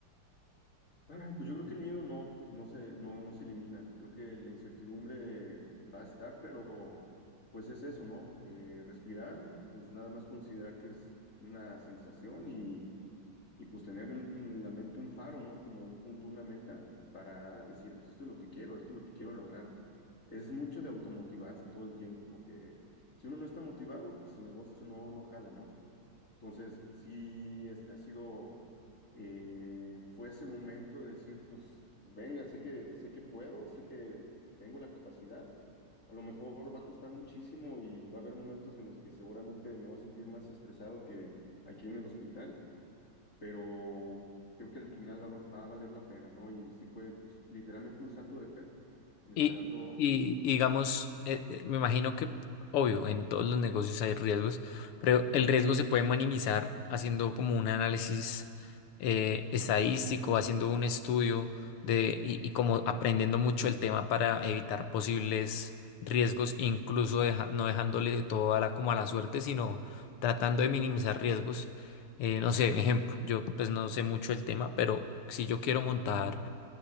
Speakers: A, on the left; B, on the left.
A: Ah, pues yo creo que el miedo no, no se, no, no se elimina. Creo que la incertidumbre va a estar, pero pues es eso, ¿no? Eh, respirar, pues nada más considerar que es una sensación y, y pues tener en la mente un faro, ¿no? Como un punto, una meta para decir, pues esto es lo que quiero, esto es lo que quiero lograr. Es mucho de automotivarse todo el tiempo, porque si uno no está motivado, pues el negocio no, no jala, ¿no? Entonces, sí, es- ha sido, eh, fue ese momento de decir, pues, venga, sé que, sé que puedo, sé que tengo la capacidad. A lo mejor va a costar muchísimo y va a haber momentos en los que seguramente me voy a sentir más estresado que aquí en el hospital, pero creo que al final va, va a valer la pena, ¿no? Y sí fue pues, literalmente un salto de fe, esperando.
B: Y, y y digamos, eh, eh, me imagino que, obvio, en todos los negocios hay riesgos, pero el riesgo se puede minimizar haciendo como un análisis eh, estadístico, haciendo un estudio de, y, y como aprendiendo mucho el tema para evitar posibles riesgos, incluso deja- no dejándole todo a la, como a la suerte, sino tratando de minimizar riesgos. Eh, no sé, ejemplo, yo pues no sé mucho el tema, pero si yo quiero montar